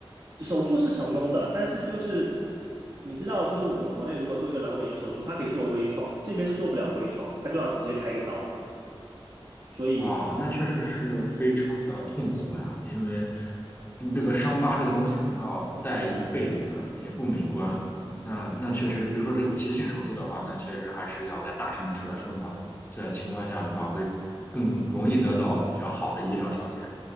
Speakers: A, on the right; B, on the left.
A: 手术是成功的，但是就是你知道，就是我们国内如果做一个阑尾炎手术，它可以做微创，这边是做不了微创，他就要直接开个刀。所以
B: 哇，那确实是非常的痛苦呀，因为嗯这个伤疤这个东西可能要带一辈子，也不美观。那那确实，比如说这种急性手术的话，那确实还是要在大城市的生活在情况下的话，会更容易得到比较好的医疗条件。